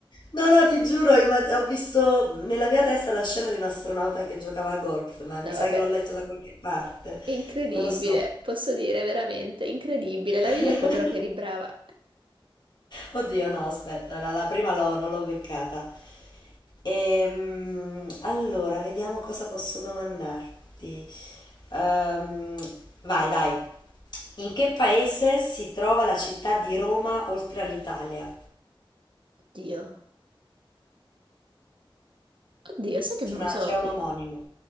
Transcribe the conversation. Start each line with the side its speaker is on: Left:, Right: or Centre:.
Left: No, no, ti giuro, imma- ho visto nella mia testa la scena di un astronauta che giocava a golf, ma mi
Right: No, vabbè.
Left: sa che l'ho letto da qualche parte,
Right: Incredibile,
Left: non lo so.
Right: posso dire veramente incredibile. L'avevi
Left: <laughs>
Right: detto però che eri brava.
Left: Oddio, no, aspetta, la, la prima l'ho- non l'ho beccata. Ehm, allora, vediamo cosa posso domandarti. Ehm, vai, dai. In che paese si trova la città di Roma oltre all'Italia?
Right: Oddio, oddio, sai che
Left: C'è
Right: non
Left: una-
Right: lo so.
Left: c'è un omonimo.